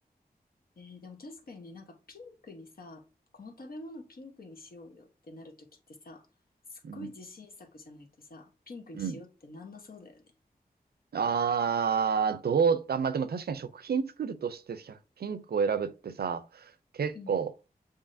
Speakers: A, on the left; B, on the right.
A: えー、でも確かにね、なんかピンクにさ、この食べ物ピンクにしようよってなるときってさ、すっごい自信作じゃないとさ、
B: うん。
A: ピンクにしようってなんなそうだよね。
B: うん。ああ、どう、あ、まあ、でも確かに食品作るとして1ピンクを選ぶってさ、結構、
A: うん